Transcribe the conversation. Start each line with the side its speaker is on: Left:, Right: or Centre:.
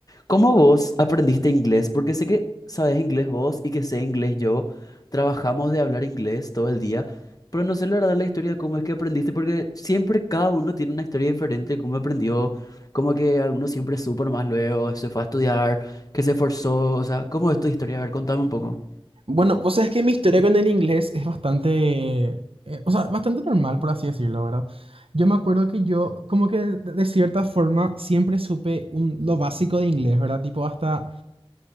Left: ¿cómo vos aprendiste inglés? Porque sé que sabes inglés vos y que sé inglés yo. Trabajamos de hablar inglés todo el día, pero no sé la verdad la historia de cómo es que aprendiste, porque siempre cada uno tiene una historia diferente de cómo aprendió, como que alguno siempre supo nomás luego, se fue a estudiar, que se esforzó, o sea, ¿cómo es tu historia? A ver, contame un poco.
Right: Bueno, pues es que mi historia con el inglés es bastante, eh, o sea, bastante normal, por así decirlo, ¿verdad? Yo me acuerdo que yo, como que de, de cierta forma, siempre supe un- lo básico de inglés, ¿verdad? Tipo, hasta,